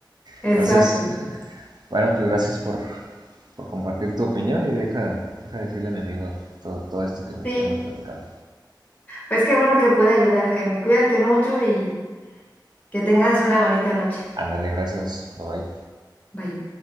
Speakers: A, on the right (about 60°); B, on the left (about 20°).
A: Entonces,
B: Exacto.
A: bueno, pues gracias por, por compartir tu opinión y deja, deja decirle a mi amigo todo todo, esto que,
B: Sí,
A: que hemos platicado.
B: pues qué bueno que pude ayudar, Jaime. Cuídate mucho y que tengas una bonita noche.
A: Ándale, gracias, bye bye.
B: Bye.